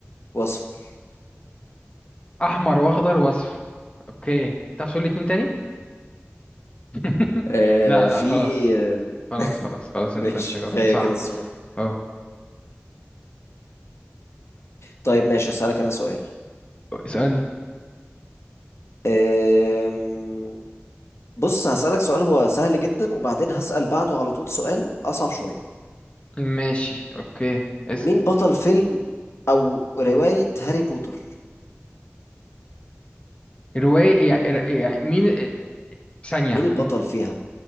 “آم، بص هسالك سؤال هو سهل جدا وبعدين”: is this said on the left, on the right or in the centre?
Left